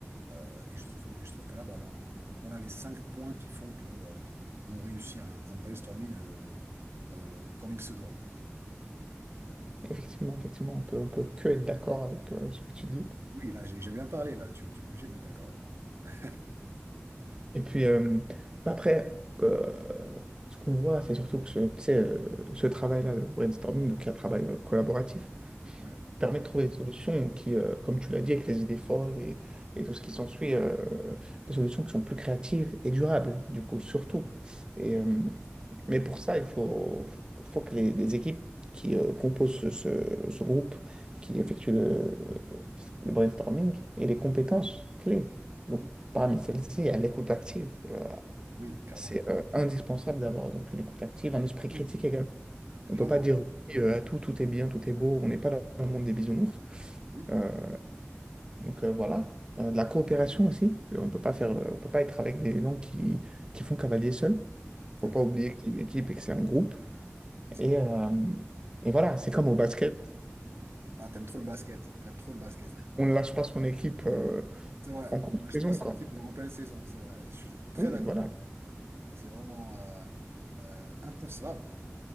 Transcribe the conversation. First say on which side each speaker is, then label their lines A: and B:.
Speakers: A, on the right; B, on the right.
A: Euh, et je trouve, et je trouve que là, bah, alors, on, on- on a les cinq points qui font que euh, on réussit un, un brainstorming euh, euh, comme il se doit.
B: effectivement, effectivement, on peut, on peut que être d'accord avec euh, ce que tu dis.
A: Oui, là, j'ai j'ai bien parlé, là, tu, tu es obligé d'être d'accord avec moi. <laughs>
B: Et puis, euh, bah après, euh, ce qu'on voit, c'est surtout que ce, tu sais, euh, ce travail-là, le brainstorming, donc un travail euh, collaboratif,
A: Ouais,
B: permet de trouver des solutions qui, euh, comme tu l'as dit, avec les idées folles et, et tout ce qui s'ensuit, euh, des solutions qui sont plus créatives et durables, du coup, surtout. Et, euh, mais pour ça, il faut, faut que les, les équipes qui euh, composent ce, ce- ce groupe, qui effectuent le, le brainstorming, aient les compétences clés. Donc, Parmi celles-ci, il y a l'écoute active. euh,
A: oui, clairement.
B: c'est euh, indispensable d'avoir donc une écoute active, un esprit critique
A: Ouais,
B: également. On
A: Clairement,
B: ne peut pas dire oui, euh, à tout, tout est bien, tout est beau, on n'est pas dans le monde des bisounours.
A: oui,
B: Euh, donc euh, voilà, Euh, de la coopération aussi. Euh, On peut pas faire, euh, on peut pas être avec des gens qui, qui font cavalier seul.
A: c'est
B: Faut
A: vrai,
B: pas oublier que c'est une équipe et que c'est un groupe.
A: c'est
B: Et,
A: vrai.
B: euh, et voilà, c'est comme au basket.
A: Ah, t'aimes trop le basket, t'aimes trop le basket, c'est incroyable.
B: On ne lâche pas son équipe euh,
A: C'est vrai,
B: en cours
A: on ne
B: de
A: lâche
B: saison,
A: pas son
B: quoi.
A: équipe en pleine saison, c'est vrai. Je suis très
B: Oui,
A: d'accord
B: voilà.
A: avec toi. C'est vraiment euh, euh, inconcevable